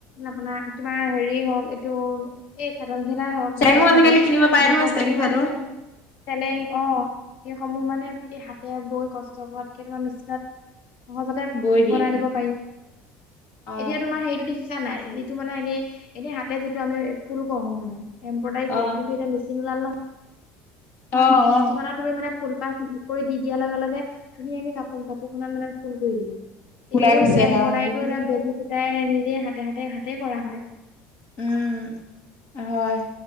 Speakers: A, on the left; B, on the left.
A: আপোনাৰ তোমাৰ হেৰিয়েই হওঁক। এইটো এই <unintelligible> চাদৰ মেখেলাই হওঁক
B: চেলেঙো
A: মেখেলা
B: আজিকালি
A: চাদৰ
B: কিনিব
A: তেনেকুৱাবোৰ
B: পাৰে নহয় চেলেং
A: তোমাৰ
B: চাদৰ
A: মানে চেলেং অ'। সেইসমূহ মানে এই হাতে বৈ কষ্ট কৰাতকে তোমাৰ মেচিনত সহজতে
B: বৈ দিয়ে
A: বনাই দিব পাৰি,
B: অ
A: এতিয়া তোমাৰ হেৰিতটো দেখি ছা নাই, যিটো মানে এনেই, এনেই হাতে যিটো আমি ফুল কৰোঁ মানে এম্ৰইডাৰী কৰোঁ,
B: অ
A: কিন্তু এতিয়া মেচিন ওলাল নহয়। <unintelligible>
B: অ অ
A: তুমি মানে ফুলপাহ কৰি দি দিয়াৰ লগে-লগে ধুনীয়াকে কপো কাপোৰ খনত মানে ফুল কৰি দিয়ে।
B: ওলাই
A: এতিয়াটো
B: গুচি
A: সেইটোৱে
B: আহে
A: এমপ্ৰয়দাৰীটো
B: অ দেখিছো
A: এতিয়া বেজী খোতাই নিজে হাতে, হাতে, হাতে কৰা হয়।
B: উম হয়।